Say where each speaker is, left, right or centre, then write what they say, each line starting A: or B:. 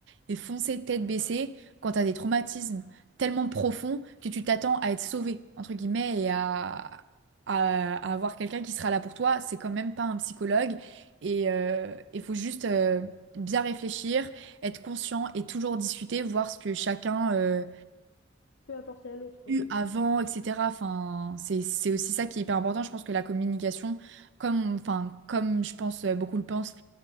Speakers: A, on the right (about 65°); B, on the left (about 65°).
A: et foncer tête baissée quand t'as des traumatismes tellement profonds que tu t'attends à être sauvé, entre guillemets, et à, à, à avoir quelqu'un qui sera là pour toi. C'est quand même pas un psychologue, et euh, il faut juste euh, bien réfléchir, être conscient et toujours discuter, voir ce que chacun. euh,
B: peut apporter à l'autre, quoi.
A: eu avant, etc. Enfin, c'est, c'est aussi ça qui est hyper important. Je pense que la communication, comme, enfin, comme je pense euh, beaucoup le pensent,